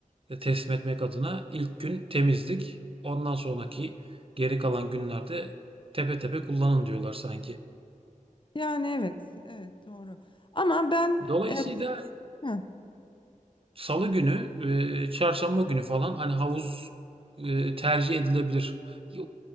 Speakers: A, on the right; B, on the left.
A: e, teslim etmek adına ilk gün temizlik. Ondan sonraki geri kalan günlerde tepe tepe kullanın diyorlar sanki.
B: Yani evet, evet doğru. Ama ben
A: Dolayısıyla
B: e, hı,
A: Salı günü, e, çarşamba günü falan hani havuz e, tercih edilebilir. E,